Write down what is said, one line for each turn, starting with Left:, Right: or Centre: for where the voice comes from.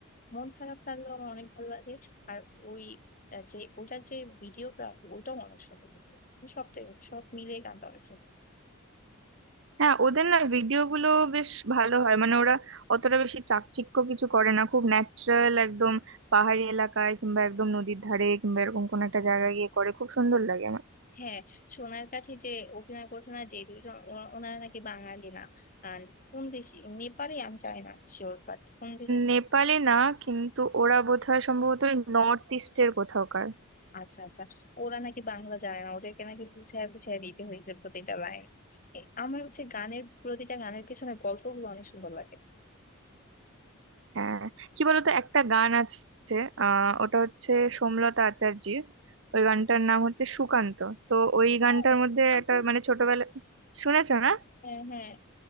Left: মন খারাপ লাগলো আমার অনেক ভালো লাগে আর ওই আহ, যে ওটার যে ভিডিওগ্রাফি ওটাও অনেক সুন্দর হয়েছে সবটাই সব মিলিয়ে গানটা অনেক সুন্দর
Right: হ্যাঁ ওদের না ভিডিও গুলো বেশ ভালো হয় মানে ওরা অতটা বেশি চাকচিক্য কিছু করে না খুব ন্যাচারাল একদম পাহাড়ি এলাকায় কিংবা একদম নদীর ধারে কিংবা এরকম কোন একটা জায়গায় গিয়ে করে খুব সুন্দর লাগে আমার
Left: হ্যাঁ সোনার কাঠে যে অভিনয় করছে না যে দুজন ওনা- ওনারা নাকি বাঙালি না আর কোন দেশি নেপালি আমি জানি না শিওর বাট কোন দেশে
Right: নেপালে না কিন্তু ওরা বোধহয় সম্ভবত নর্থ ইস্টের কোথাওকার
Left: আচ্ছা আচ্ছা ওরা নাকি বাংলা জানে না ওদেরকে নাকি বুঝায় বুঝায় দিতে হয়েছে প্রতিটা লাইন আমার হচ্ছে গানের প্রতিটা গানের পিছনে গল্পগুলো অনেক সুন্দর লাগে
Right: হ্যাঁ কি বলতো একটা গান আছে আহ ওটা হচ্ছে সোমলতা আচার্যির ওই গানটার নাম হচ্ছে সুকান্ত তো ওই
Left: হ্যাঁ,
Right: গানটার মধ্যে
Left: আমি-
Right: একটা মানে ছোটবেলা শুনেছো না
Left: হ্যাঁ হ্যাঁ